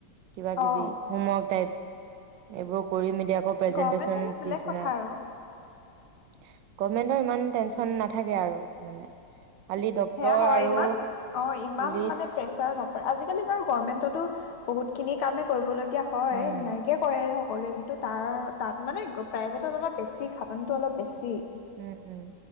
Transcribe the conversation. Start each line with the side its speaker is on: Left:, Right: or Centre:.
Right: কিবা কিবি
Left: অ
Right: হোমৰ্ক টাইপ এইবোৰ কৰি মেল এতিয়া আকৌ প্ৰেজেন্টেচন
Left: গভমেন্ট হলে বেলেগ
Right: পিচদিনা
Left: কথা
Right: আসস্‌
Left: আৰু
Right: গভমেণ্টৰ ইমান টেনচন নেথাকে আৰু মানে খালি ডক্তৰ
Left: সেয়া হয়
Right: আৰু
Left: ইমান অ ইমান
Right: পুলিচ
Left: মানে প্ৰেচাৰ নপৰে আজিকালি বাৰু গৰ্মেণ্টতো বহুত খিনি কামে কৰিবল এতিয়া হয়
Right: উম
Left: নিয়াৰিকে কৰে সকলোৱে কিন্তু তাৰ তাত মানে প্ৰাইভেটত অলপ বেছি খাটনিটো অলপ বেছি
Right: উম - উম